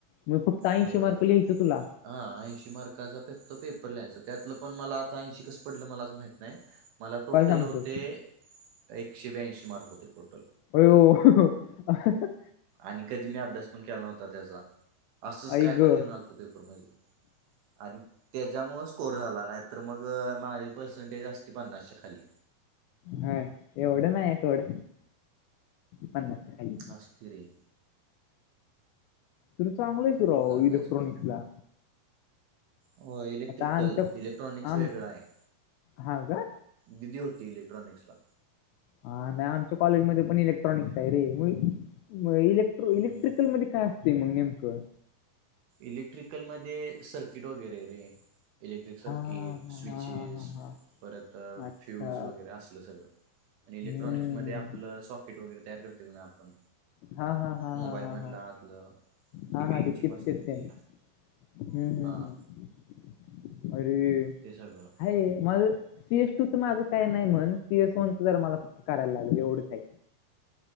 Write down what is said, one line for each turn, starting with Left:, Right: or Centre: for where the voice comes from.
Left: मग फक्त ऐंशी
Right: होय
Left: मार्काच लिहायचं तुला.
Right: हा ऐंशी मार्काचा फक्त पेपर लिहायचा. त्यातलं पण, मला आता ऐंशी कसं पडलं? मलाच माहित नाही. मला टोटल
Left: काय सांगतोस
Right: होते, एकशे-ब्याऐंशी मार्क होते टोटल.
Left: आयो! हां.. हां.. हां.. हा.
Right: आणि कधी मी, अभ्यास पण केलां नव्हता त्याचा. असंच
Left: आई
Right: काय
Left: ग
Right: पण, लिहून आलतो पेपरमध्ये. आणि त्याच्यामुळं स्कोर झाला. नाही तर मग, माझी पर्सेंटेज असती पन्नासच्या खाली.
Left: हा, एवढं नाही सोड. पन्नास खाली
Right: असती रे!
Left: तरी, चांगलं आहे
Right: त्यामुळे
Left: कि राव
Right: झालाय
Left: इलेक्ट्रॉनिक्सला.
Right: स्कोर हो. इलेक्ट्रिकल,
Left: आता आमच्या
Right: इलेक्ट्रॉनिक्स
Left: आम
Right: वेगळा आहे.
Left: हा का
Right: दिदी, होती इलेक्ट्रॉनिक्सला.
Left: हा, नाही. आमच्या कॉलेजमध्ये पण इलेक्ट्रॉनिक्स आहे रे, मग इले क्ट्रिकल
Right: हम्म.
Left: मध्ये, काय असते मग नेमकं?
Right: इलेक्ट्रिकलमध्ये, सर्किट वगैरे आहे रे. इलेक्ट्रिक सर्किट,
Left: हा हा
Right: स्विचेस
Left: हा हा हा
Right: परत
Left: अच्छा
Right: फ्यूज वगैरे, असलं सगळं. आणि इलेक्ट्रॉनिक्स
Left: हम्म
Right: मध्ये आपलं, सॉकेट वगैरे तयार करतेत ना आपण.
Left: हा हा हा
Right: मोबाईल
Left: हा हा
Right: मधला
Left: हा
Right: आतलं,
Left: हा
Right: ते
Left: हा
Right: ग्रीन
Left: चिपसेट
Right: चिप असते
Left: तेन,
Right: ती
Left: हम्म्..
Right: हां
Left: हम्म्.. हम्. अरे!
Right: ते सगळं.
Left: आहे. माझं सीएस टू चं माझं काय नाही म्हण, सीएस वन चं जरा मला फक्त करायला लागलं. एवढंच आहे.